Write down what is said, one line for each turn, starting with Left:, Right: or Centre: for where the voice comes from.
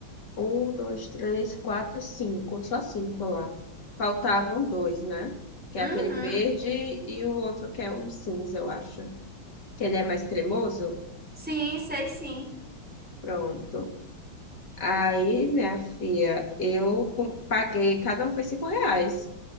Left: Um, dois, três, quatro, cinco. Só cinco lá. Faltavam dois, né? Que
Centre: Uhum.
Left: é aquele verde e o outro que é um cinza, eu acho. Que ele é mais cremoso?
Centre: Sim, sei sim.
Left: Pronto. Aí, minha filha, eu com- paguei, cada um foi cinco reais.